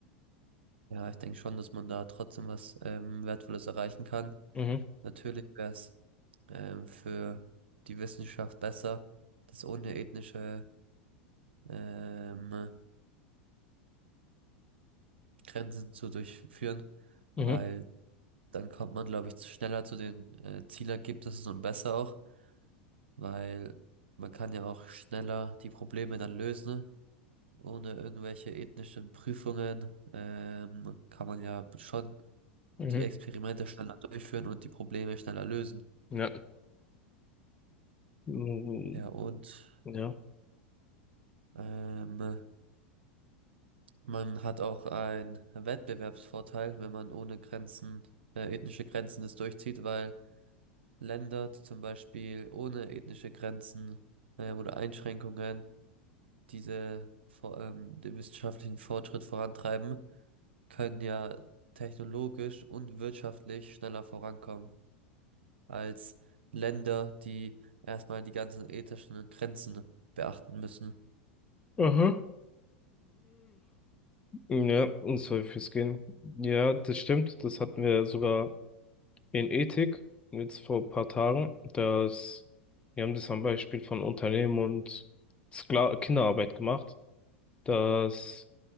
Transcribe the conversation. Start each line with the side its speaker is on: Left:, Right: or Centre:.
Right: Ja, ich denke schon, dass man da trotzdem was ähm, Wertvolles erreichen kann.
Left: Mhm,
Right: Natürlich wäre es ähm, für die Wissenschaft besser, das ohne ethnische ähm, Grenzen zu durchführen,
Left: mhm,
Right: weil dann kommt man, glaube ich, schneller zu den äh, Zielergebnissen und besser auch. weil man kann ja auch schneller die Probleme dann lösen. ne? Ohne irgendwelche ethnischen Prüfungen ähm, kann man ja schon
Left: mhm,
Right: die Experimente schneller durchführen und die Probleme schneller lösen.
Left: ja. Mhm,
Right: Ja, und
Left: ja.
Right: ähm, man hat auch einen Wettbewerbsvorteil, wenn man ohne Grenzen, äh, ethnische Grenzen das durchzieht, weil Länder, die zum Beispiel ohne ethnische Grenzen ähm, oder Einschränkungen diese vor, ähm, den wissenschaftlichen Fortschritt vorantreiben, können ja technologisch und wirtschaftlich schneller vorankommen als Länder, die erstmal die ganzen ethischen Grenzen beachten müssen.
Left: Aha. Ja, und soll fürs Gehen. Ja, das stimmt. Das hatten wir sogar. in Ethik, jetzt vor ein paar Tagen, dass, wir haben das am Beispiel von Unternehmen und Skla Kinderarbeit gemacht, dass